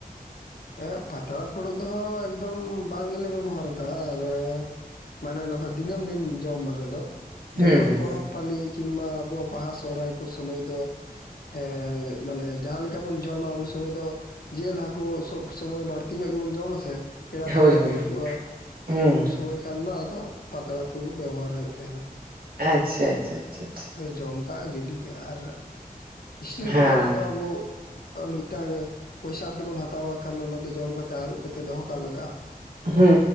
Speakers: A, on the left; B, on the right.
A: ᱮᱸᱜ ᱯᱟᱛᱲᱟ ᱯᱷᱩᱲᱩᱜ ᱫᱚ ᱦᱟᱸᱜ ᱮᱠᱫᱚᱢ ᱵᱟᱝ ᱜᱮᱞᱮ ᱵᱮᱵᱚᱦᱟᱨ ᱮᱫᱟ ᱟᱨ ᱢᱟᱱᱮ ᱱᱚᱝᱠᱟ ᱫᱤᱱᱟᱹᱢ ᱫᱤᱱ ᱡᱚᱢ ᱨᱮᱫᱚ,
B: ᱦᱩᱸ
A: ᱡᱚᱠᱷᱚᱱ
B: ᱦᱩᱸ
A: ᱯᱚᱨᱚᱵᱽ ᱯᱟᱞᱤ ᱠᱤᱢᱵᱟ ᱟᱵᱚᱣᱟᱜ ᱵᱟᱦᱟ ᱥᱚᱦᱨᱟᱭ ᱠᱚ ᱥᱚᱢᱚᱭ ᱫᱚ ᱾ ᱦᱮᱸ, ᱢᱟᱱᱮ ᱡᱟᱦᱟᱸᱞᱮᱠᱟ ᱵᱚᱱ ᱡᱚᱢᱟ ᱩᱱ ᱥᱚᱢᱚᱭ ᱫᱚ ᱡᱮᱞ ᱦᱟᱠᱳ ᱥᱚᱵ ᱥᱚᱢᱚᱭ ᱵᱟᱹᱲᱛᱤ ᱧᱚᱜ ᱜᱮᱵᱚᱱ ᱡᱚᱢᱟ ᱥᱮ ᱯᱮᱲᱟ
B: ᱦᱳᱭ
A: ᱯᱟᱹᱲᱣᱨᱟᱹ
B: ᱦᱳᱭ
A: ᱠᱚ ᱦᱤᱡᱩᱜᱼᱟ,
B: ᱦᱩᱸ
A: ᱩᱱ ᱥᱚᱢᱚᱭ ᱠᱷᱟᱱ ᱫᱚ ᱟᱫᱚ ᱯᱟᱛᱲᱟ ᱠᱩ ᱵᱮᱵᱚᱦᱟᱨ ᱦᱩᱭᱩᱜ ᱛᱟᱦᱮᱸᱱᱟ ᱾
B: ᱟᱪᱪᱷᱟ ᱟᱪᱪᱷᱟ ᱟᱪᱪᱷᱟ ᱟᱪᱪᱷᱟ ᱾
A: ᱫᱚ ᱡᱚᱢ ᱠᱟᱜᱼᱟ ᱜᱤᱰᱤ ᱠᱟᱜ ᱟᱨ ᱤᱥᱴᱤᱞ
B: ᱦᱮᱸ
A: ᱠᱚᱨᱮᱱᱟᱜ ᱫᱚ ᱟᱵᱚ ᱟ ᱢᱤᱫᱴᱟᱝ ᱯᱚᱭᱥᱟ ᱛᱮᱵᱩᱱ ᱦᱟᱛᱟᱣ ᱠᱷᱟᱱ ᱚᱱᱟ ᱫᱚ ᱡᱚᱢ ᱠᱟᱛᱮ ᱟᱹᱨᱩᱵ ᱠᱟᱛᱮᱫ ᱫᱚᱦᱚ ᱠᱟᱜ ᱞᱟᱜᱟᱜᱼᱟ ᱾
B: ᱦᱩᱸ,